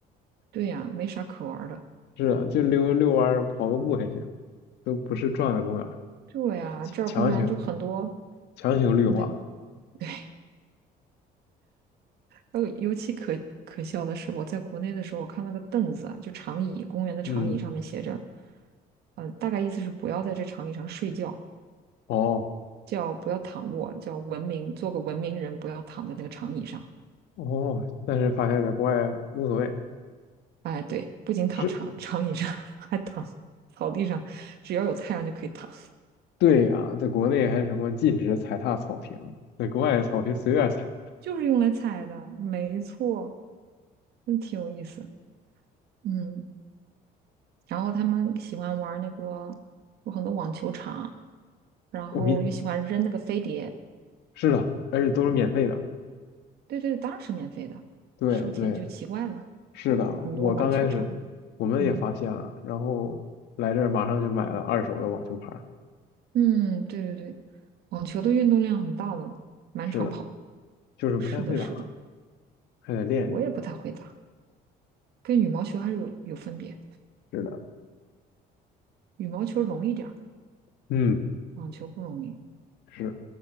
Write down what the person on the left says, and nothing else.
是啊就溜溜弯儿、跑个步还行，都不是转的公园儿
强行强行绿化。
嗯，
哦
哦，但是发现在国外无所谓。
是，
对呀、在国内还什么禁止踩踏草坪，在国外草坪随便踩，
我们是的，而且都是免费的。
对对，
是的，
我刚开始我们也发现了，
然后来这儿马上就买了二手的网球拍儿
是的，就是不太会打，
还得练一练。
是的，
嗯，
是，